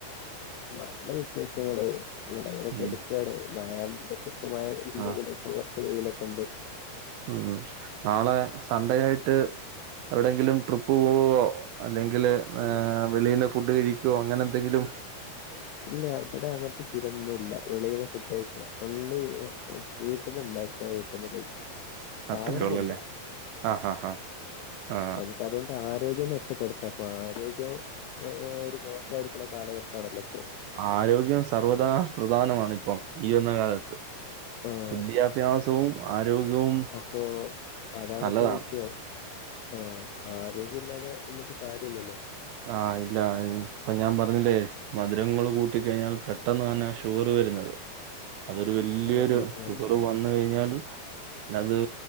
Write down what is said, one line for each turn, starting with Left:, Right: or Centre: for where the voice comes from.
Left: നാട്ടിലെ വിശേഷങ്ങള് <unintelligible>
Right: ഉം,
Left: ഇപ്പവിടെ മഴണ്ട് ഇപ്പ മഴ നിന്ന്ക്ക്ണ്ഇപ്പ
Right: ആ
Left: കുറച്ച് വെയിലൊക്കെണ്ട്
Right: ഉ നാളെ സൺഡേ ആയിട്ട് എവിടെയെങ്കിലും ട്രിപ്പ് പോവോ അല്ലെങ്കിൽ
Left: പിന്നെ ഇല്ല
Right: വെളിലെഫുഡ് കഴിക്കോ അങ്ങനെ എന്തെങ്കിലും
Left: ഇല്ല ഇവിടെ അങ്ങനത്തെ ശീലംഒന്നുല്ല വെളീന്ന് ഫുഡ്കഴിക്കാ ഉള്ളി വീട്ടിന്ന് ഇണ്ടാക്ക വീട്ടിൽന്ന് കയ്ക്ക സാധനം
Right: അത്രേ ഉള്ളല്ലേ
Left: കൊണ്ടരും
Right: ആ ഹാ ഹാ ആ
Left: നമുക്കതും ആരോഗ്യം മെച്ചപ്പെടുത്ത അപ്പൊ ആരോഗ്യം ഒരു മോശായിരിക്ക്ണ കാലഘട്ടാണല്ലോ ഇപ്പോ
Right: ആരോഗ്യം സർവ്വത നാൽ പ്രധാനമാണ് ഇപ്പം ഈ വരുന്നകാലത്ത്
Left: ആഹ്
Right: വിദ്യാഭ്യാസ വും ആരോഗ്യവും
Left: അപ്പൊ അതാണിപ്പോ
Right: നല്ലതാണ്
Left: വിഷയം ആഹ് ആരോഗ്യ ഇല്ലാതെ ഇരുന്നിട്ട് കാര്യല്ലല്ലോ
Right: ആ ഇല്ല ഇപ്പൊ ഞാൻ പറഞ്ഞില്ലേ മധുരങ്ങൾ കൂട്ടി കഴിഞ്ഞാൽ പെട്ടെന്നാണ് ഷുഗർ വരുന്നത് അതൊരു വല്യൊരു
Left: ആഹ് ആഹ് ആഹ്
Right: ഷുഗർ വന്ന കഴിഞ്ഞാൽ പിന്നത്